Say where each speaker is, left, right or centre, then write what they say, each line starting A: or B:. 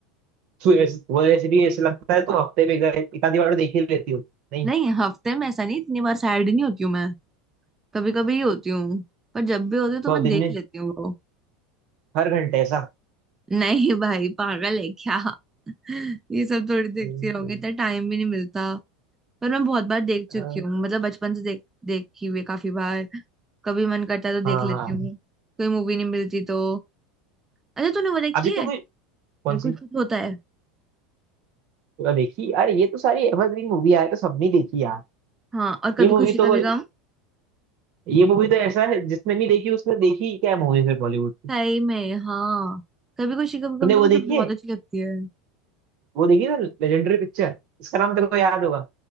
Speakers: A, on the right (about 55°); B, on the right (about 15°).
A: तू ऐसे- वो ऐसे भी ऐसे लगता है तो हफ्ते में एक बार- एक आधी बार तो देख ही लेती हो नहीं
B: नहीं हफ्ते में ऐसा नहीं इतनी बार सैड नहीं होती हूँ मैं कभी कभी ही होती हूँ पर जब भी होती हूँ तो
A: तो
B: मैं
A: दिन
B: देख
A: में
B: लेती हूँ वो।
A: हर घंटे ऐसा
B: नहीं भाई पागल है क्या <laughs> ये सब थोड़ी देखती
A: हम्म,
B: रहोगे
A: हम्म।
B: इतना टाइम भी नहीं मिलता पर मैं बहुत बार देख चुकी
A: हाँ
B: हूँ मतलब बचपन से देख देखी हुई है काफी बार कभी मन करता है तो
A: हाँ
B: देख लेती हूँ कोई मूवी नहीं मिलती तो अच्छा तूने वो देखी
A: अभी
B: है
A: तो कोई कौन
B: ये कुछ
A: सी
B: कुछ होता है
A: तो देखी अरे ये तो सारी एवरग्रीन मूवी है तो सबने देखी यार
B: हाँ और कभी
A: ये मूवी
B: खुशी
A: तो
B: कभी
A: कोई-
B: गम
A: ये मूवी तो ऐसा है जिसने नहीं देखी उसने देखी क्या मूवी फिर बॉलीवुड की
B: सही में हाँ कभी खुशी कभी गम
A: तूने
B: तो
A: वो
B: मुझे
A: देखी
B: बहुत
A: है
B: अच्छी लगती है
A: वो देखी ना लेजेंडरी पिक्चर इसका नाम तेरे को याद होगा